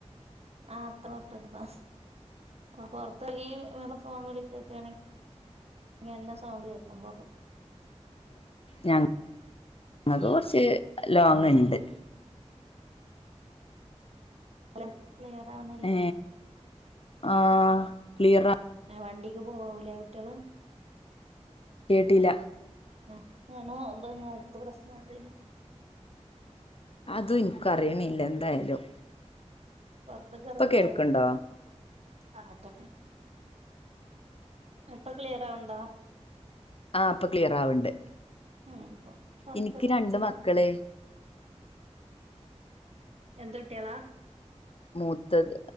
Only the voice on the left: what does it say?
ഞ ഞങ്ങക്ക് കുറച്ച് ലോങ്ുണ്ട്
ഏ ആ ക്ലിയറാ,
കേട്ടില
അതും എനിക്ക അറിയണില്ല എന്തായാലും
ഇപ്പൊ
കേൾക്കണ്ടോ
ആ ഇപ്പൊ ക്ലിയർ ആവണ്ട്
എനിക്ക്
രണ്ട് മക്കള്
മൂത്തത്